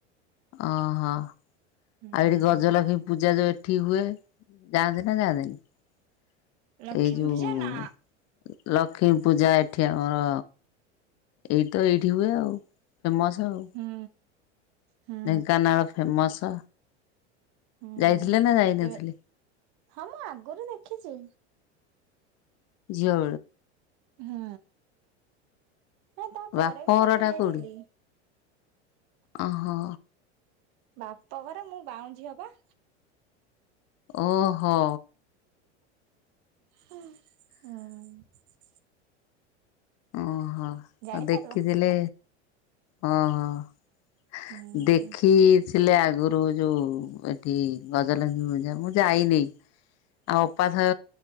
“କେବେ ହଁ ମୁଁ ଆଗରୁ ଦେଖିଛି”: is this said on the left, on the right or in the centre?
Right